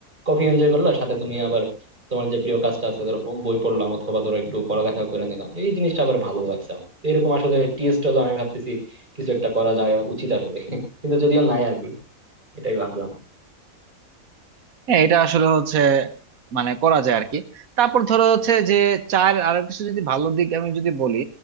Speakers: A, on the right (about 30°); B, on the right (about 70°).
A: কফি এনজয় করলা সাথে তুমি আবার তোমার যে প্রিয় কাজটা আছে ধরো বই পড়লাম অথবা ধরো একটু পড়ালেখা করে নিলাম এই জিনিসটা আবার ভালো লাগছে আমার তো এরকম আসলে টিএস হলো আমি ভাবতেছি কিছু একটা করা যায় উচিত আসলে কিন্তু যদিও নাই আর কি এটাই ভাবলাম
B: হ্যাঁ এটা আসলে হচ্ছে মানে করা যায় আর কি তারপর ধরো হচ্ছে যে চায়ের আরো কিছু যদি ভালো দিক আমি যদি বলি